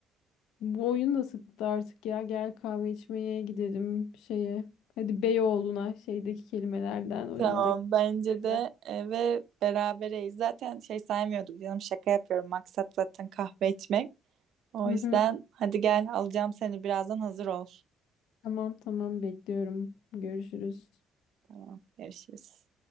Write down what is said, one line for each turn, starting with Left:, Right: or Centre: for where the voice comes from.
Left: Bu oyun da sıktı artık ya. Gel kahve içmeye gidelim şeye. Hadi Beyoğlu'na şeydeki kelimelerden oyundaki.
Right: Tamam bence
Left: kelimelerden.
Right: de e, ve berabereyiz. Zaten şey saymıyorduk canım şaka yapıyorum. Maksat zaten kahve içmek. O
Left: Hı
Right: yüzden
Left: hı.
Right: hadi gel alacağım seni birazdan hazır ol.
Left: Tamam tamam bekliyorum. Görüşürüz.
Right: Tamam görüşürüz.